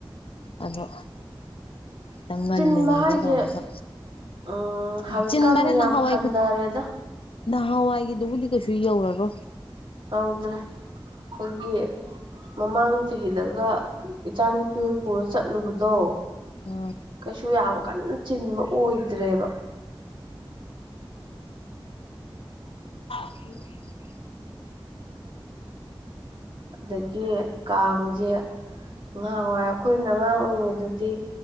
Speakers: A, on the left; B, on the right.
A: ꯑꯗꯣ ꯈꯤꯇꯪ ꯉꯜꯂꯤꯉꯩꯗ
B: ꯆꯤꯟꯕ ꯍꯥꯏꯁꯦ
A: ꯇꯧꯔꯒ
B: ꯎꯝ ꯍꯧꯖꯤꯛꯀꯥꯟꯗꯤ
A: ꯆꯤꯟ ꯃꯅꯦꯅꯍꯋꯥꯏ
B: ꯌꯥꯝ ꯍꯟꯊꯔꯦꯗ
A: ꯀ ꯅꯍꯥꯟꯋꯥꯏꯒꯤꯗꯨꯕꯨꯗꯤ ꯀꯩꯁꯨ ꯌꯧꯔꯔꯣ
B: ꯍꯗ꯭ꯔꯦ ꯍꯒꯤ ꯃꯃꯥꯡ ꯆꯍꯤꯗꯒ ꯏꯆꯥꯅꯨꯄꯤ ꯄꯨꯔ ꯆꯠꯂꯨꯕꯗꯣ
A: ꯎ
B: ꯀꯩꯁꯨ ꯌꯥꯝ ꯀꯟꯅ ꯆꯤꯟꯕ ꯑꯣꯏꯗ꯭ꯔꯦꯕ
A: <inaudible>
B: ꯑꯗꯒꯤ ꯀꯥꯡꯁꯦ ꯉꯍꯥ ꯑꯣꯏꯔ ꯑꯩꯈꯣꯏꯅ ꯑꯉꯥꯡ ꯑꯣꯏꯔꯤꯉꯩꯗꯗꯤ